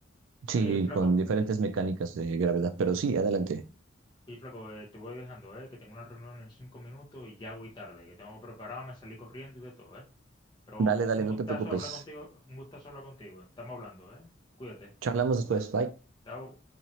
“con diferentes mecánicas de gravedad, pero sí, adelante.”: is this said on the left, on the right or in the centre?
Right